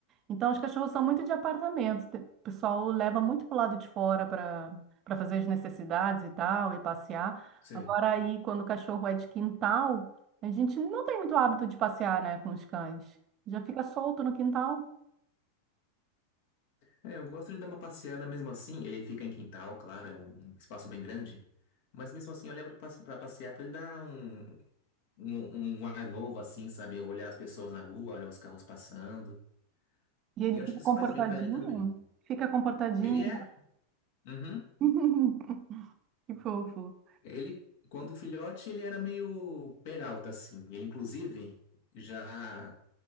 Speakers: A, on the right; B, on the left.
A: Então, os cachorros são muito de apartamento. Te- O pessoal leva muito para o lado de fora para para fazer as necessidades e tal, e passear.
B: sei.
A: Agora, aí, quando o cachorro é de quintal, a gente não tem muito hábito de passear, né, com os cães. Já fica solto no quintal
B: É, eu gosto de dar uma passeada mesmo assim. Ele fica em quintal, claro, é um um espaço bem grande. Mas mesmo assim eu levo pra pra passear pra ele dar um, um, um ar novo, assim, sabe? Olhar as pessoas na rua, olhar os carros passando.
A: e ele
B: Eu
A: fica
B: acho que isso
A: comportadinho,
B: faz bem pra ele também.
A: fica comportadinho.
B: Ele é. Uhum.
A: <laughs> Que fofo.
B: Ele, quando filhote, ele era meio peralta, assim. Ele, inclusive, já,